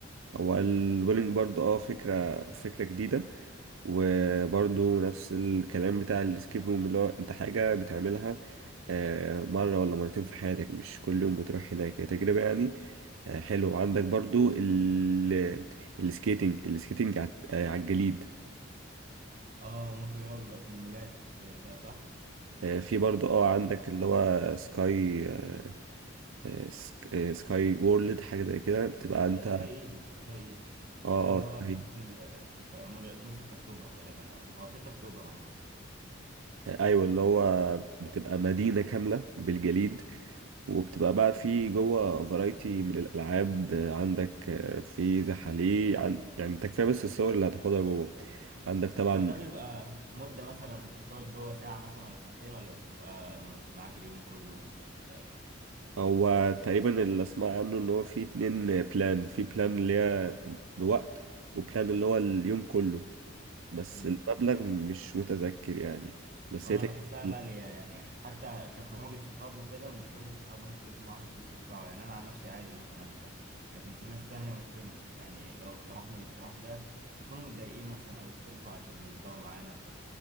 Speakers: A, on the right; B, on the right.
A: هو البولينج برضو اه فكرة فكرة جديدة وبرضو نفس الكلام بتاع الاسكيب روم اللي هو انت حاجة بتعملها آه، مرة ولا مرتين في حياتك مش كل يوم بتروح هناك هي تجربة يعني آه، حلوة عندك برضو ال السكيتنج السكيتنج على آه، على الجليد
B: اه ممكن اللي هو بيبقى في المولات آه، ده صح
A: آه، في برضو اه عندك اللي هو سكاي آه، آه، سك- آه، سكاي وورلد حاجة زي كده بتبقى انت
B: سكاي ايجيبت سكاي ايجيبت
A: اه
B: ده اللي
A: اه سكاي
B: هو في مول 6 مول مول 6 اكتوبر غالبا او هو في 6 اكتوبر عامه
A: آه، ايوه اللي هو بتبقى مدينة كاملة بالجليد وبتبقى بقى في جوه فرايتي من الألعاب آه، عندك آه، في زحاليق عن... يعني انت كفاية بس الصور اللي هتاخدها جوه عندك طبعا
B: هو ده بيبقى مدة مثلا بتقعد جوه ساعة مثلا ولا ساعتين ولا بتبقى م- معاك اليوم كله مثلا ولا ايه؟
A: هو تقريبا اللي اسمع عنه ان هو في اتنين بلان في بلان اللي هي بوقت وبلان اللي هو اليوم كله بس
B: مم.
A: المبلغ مش متذكر يعني بس
B: هو
A: هي
B: انا
A: تكفي.
B: بحسها غالية يعني حتى كخروجة صحاب وكده مش كل الصحاب ممكن يكون معاهم فلوس يدفعوا يعني انا عن نفسي عادي ممكن ادفع لكن في ناس تانية ممكن يعني لو اقترحنا الاقتراح ده يكونوا متضايقين مثلا او يستلفوا عشان يطلعوا معانا ف